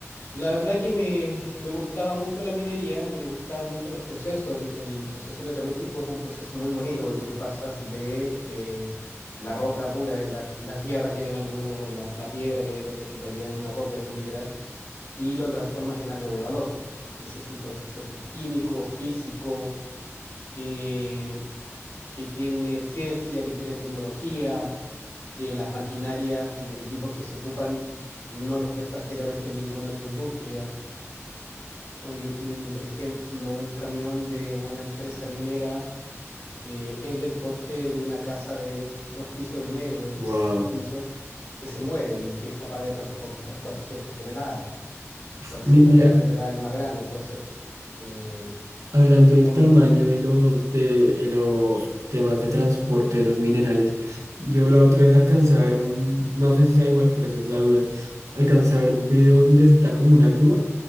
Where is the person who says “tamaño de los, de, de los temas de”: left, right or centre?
Right